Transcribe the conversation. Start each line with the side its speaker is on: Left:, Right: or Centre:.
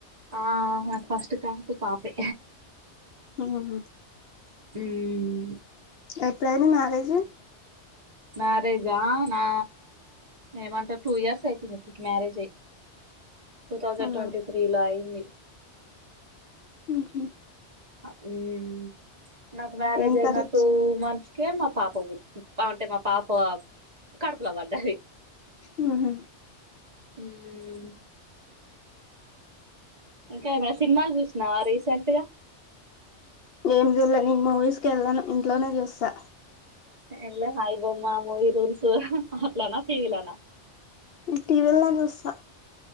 Right: ఆ ఫస్ట్ కాన్పు పాపే
Left: ఉమ్
Right: ఉమ్మ్
Left: ఎప్పుడైంది మ్యారేజ్
Right: మరేజా నా ఏమంటారు టూ ఇయర్స్ అవుతుంది ఇప్పటికి మ్యారేజ్ అయ్ టూ థౌజండ్
Left: అవునా
Right: ట్వంటీ త్రీ లో అయింది
Left: ఉహామ్
Right: ఆ ఉమ్మ్ నాకు మ్యారేజ్
Left: ఏం
Right: అయిన
Left: కర్రీ
Right: టూ మంత్స్కే మా పాప అంటే మా పాప కడుపలా పడ్డది
Left: ఉహ్మ్
Right: హమ్మ్ ఇంకాబ సినిమాలు చూసినావా రీసెంట్గా
Left: ఏం నేను మూవీస్కి వెళ్ళాను ఇంట్లోనే చూస్తా
Right: ఎల్లవ ఐ బొమ్మ మూవి రూల్స్ అట్లనే టీవి లానా
Left: టీవీల చూస్తా